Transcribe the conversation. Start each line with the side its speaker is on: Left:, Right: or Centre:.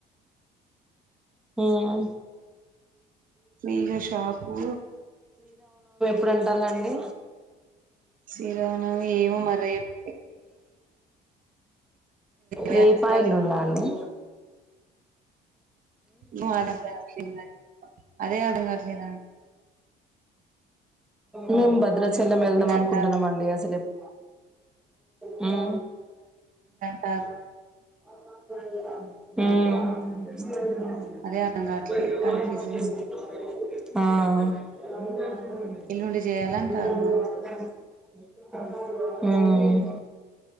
Centre: హ ఆ
Right: మీగ షాపు
Centre: ఇప్పుడు ఉంటాలండి
Right: శ్రీ రామనవమి ఏమో మరి రేప్ రే
Centre: రేపా
Right: అ
Centre: ఎల్లుండా అండి
Right: ను ఆడద్ద సను అదే అడుగట్లేదా అ
Centre: మేము భద్రాచలం వెళ్దాం అనుకుంటున్నాం
Right: అంటారు
Centre: అండి అసలు ఎప్ హు
Right: టారు
Centre: హు
Right: అదే అర్థం కావట్లేదు
Centre: ఆ
Right: కన్ఫ్యూజన్ ఉంది ఎల్లుండి
Centre: ఊ
Right: చేయాలంటారు మరి